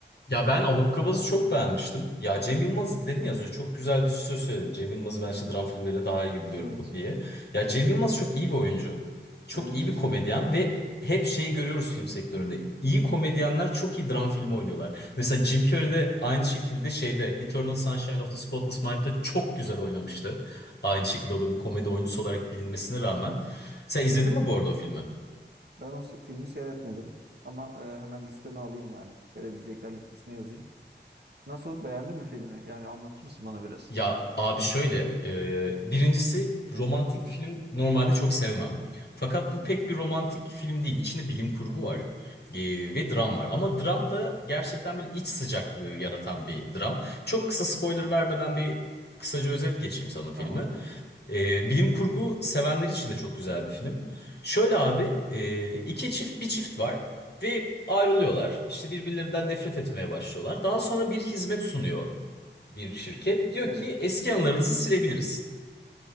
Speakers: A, on the left; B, on the right.
A: Ya ben Ahukkabaaz'ı çok beğenmiştim. Ya Cem Yılmaz dedin ya az önce çok güzel bir söz söyledin. Cem Yılmaz'ı ben işte dram filmlerinde daha iyi buluyorum
B: Evet.
A: diye. Ya Cem Yılmaz çok iyi bir oyuncu. Çok
B: Evet
A: iyi
B: kesinlikle.
A: bir komedyen ve hep şeyi görüyoruz film sektöründe. İyi komedyenler çok iyi dram filmi oynuyorlar. Mesela Jim Carrey de aynı şekilde şeyde Eternal Sunshine of the Spotless Mind'de çok güzel oynamıştı. Aynı şekilde o da bir komedi oyuncusu olarak bilinmesine rağmen. Sen izledin mi bu arada o filmi?
B: Ben o se- filmi seyretmedim ama e, hemen listeme alayım yani. Seyredilecekler listesine yazayım. Nasıl? Beğendin mi filmi? Yani anlatır mısın bana biraz?
A: Ya abi şöyle, e, birincisi romantik film normalde çok sevmem. Fakat
B: Hı hı.
A: bu pek bir romantik film değil. İçinde bilim kurgu var e, ve dram var. Ama dram da gerçekten bir iç sıcaklığı yaratan bir dram. Çok kısa spoiler vermeden bir kısaca özet geçeyim sana filmi.
B: Tamamdır.
A: E, bilim kurgu sevenler için de çok güzel bir film. Şöyle abi e, iki çift bir çift var ve ayrılıyorlar. İşte birbirlerinden nefret etmeye başlıyorlar. Daha sonra bir hizmet sunuyor bir şirket. Diyor
B: Evet.
A: ki eski anılarınızı silebiliriz.